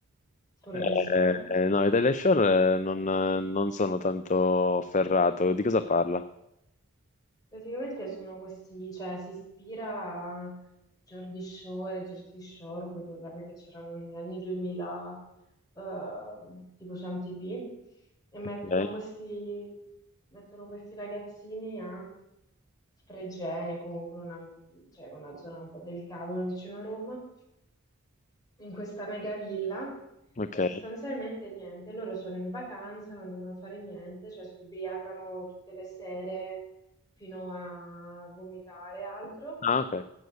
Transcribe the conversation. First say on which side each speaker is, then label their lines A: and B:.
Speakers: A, on the left; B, on the left.
A: Tu l'hai
B: Eh,
A: visto?
B: eh, no, Italia Shore eh, non, non sono tanto ferrato. Di cosa parla?
A: Praticamente sono questi, cioè si ispira a Jordi Shore, e Jersey Shore, quei programmi che c'erano negli anni 2000, eh, tipo su MTV, e mettono
B: Ok,
A: questi, mettono questi ragazzini a Fregene, comunque una, cioè, una zona un po' del cavolo vicino a Roma, in questa mega villa
B: ok.
A: e sostanzialmente niente, loro sono in vacanza, non devono fare niente, cioè si ubriacano tutte le sere fino a vomitare e altro,
B: Ah, ok.